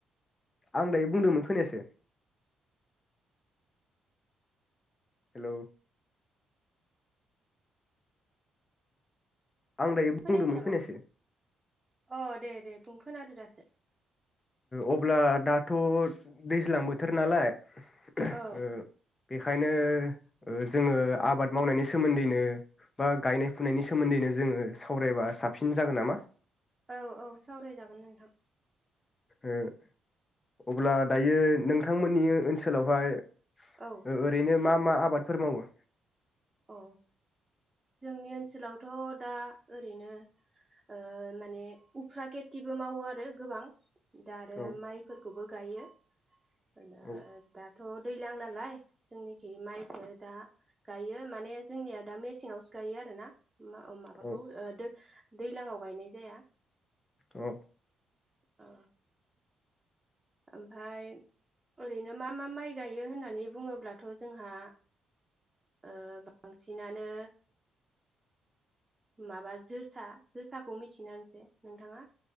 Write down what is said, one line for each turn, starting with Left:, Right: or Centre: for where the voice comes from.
Left: आं दायो बुंदोंमोन खोनायासै हेलौ आं दायो बुंदोंमोन
Right: खोनायाखै नामा
Left: खोनायासै
Right: अ दे दे बुं खोनादो दासो
Left: अब्ला दाथ दैज्लां बोथोर नालाय ओ बे
Right: औ
Left: खायनो ओ जोङो आबाद मावनायनि सोमोन्दैनो बा गायनाय फुनायनि सोमोन्दैनो जोङो सावरायबा साबसिन जागोन नामा
Right: औ औ सावरायजागोन नोंथां
Left: ओ अब्ला दायो नोंथांमोननि ओनसोलावहाय
Right: औ
Left: ओ-ओरैनो मा मा आबादफोर मावो
Right: अ जोंनि ओनसोलावथ दा ओरैनो ओ माने उफ्रा खेथिबो मावो आरो गोबां दा आरो
Left: औ
Right: माइफोरखौबो गायो <unintelligible>
Left: औ
Right: थ दैलां नालाय जोंनिखि माइफोर दा गायो माने जोंनिया दा मेसेङावसो गायो आरो ना मा ओ माबाखौ
Left: औ
Right: ओ <unintelligible> दैलाङाव गायनाय जाया
Left: औ
Right: अ ओमफाय ओरैनो मा मा माइ गायो होननानै बुङोब्लाथ जोंहा ओ बांसिनानो माबा जोसा जोसाखौ मिथियोना <unintelligible> नोंथाङा